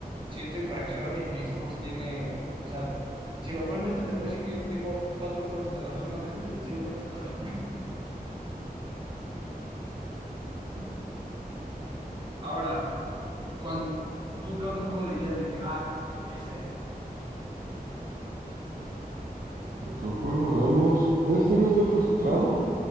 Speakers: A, on the right; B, on the right.
A: ciento y fracción y mi Xbox tiene. O sea, si lo pones dentro, te puedo decir que tengo cuatro juegos instalados. Es más, déjate decir cuántos juegos tengo.
B: Mm.
A: Ahora, ¿cuál, tú qué otro juego dirías de que, ah, ese,
B: Otro juego, veamos. Este no estoy frustrado,